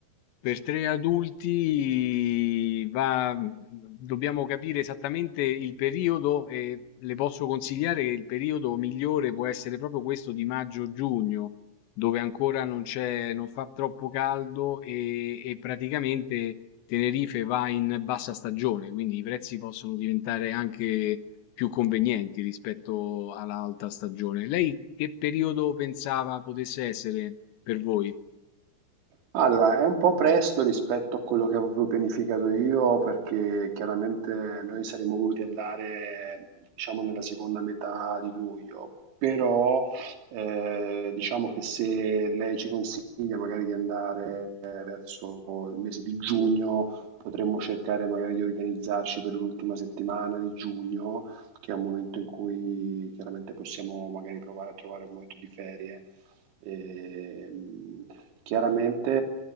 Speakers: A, on the left; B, on the right.
A: per tre adulti va, dobbiamo capire esattamente il periodo e le posso consigliare che il periodo migliore può essere proprio questo di maggio-giugno, dove ancora non c'è, non fa troppo caldo e, e praticamente Tenerife va in bassa stagione, quindi i prezzi possono diventare anche più convenienti rispetto all'alta stagione. Lei che periodo pensava potesse essere per voi?
B: Allora, è un po' presto rispetto a quello che avevo pianificato io, perché chiaramente noi saremmo voluti andare, diciamo, nella seconda metà di luglio, però eh, diciamo che se lei ci consiglia magari di andare eh, verso il mese di giugno, potremmo cercare magari di organizzarci per l'ultima settimana di giugno, che è un momento in cui chiaramente possiamo magari provare a trovare un momento di ferie. Ehm, chiaramente,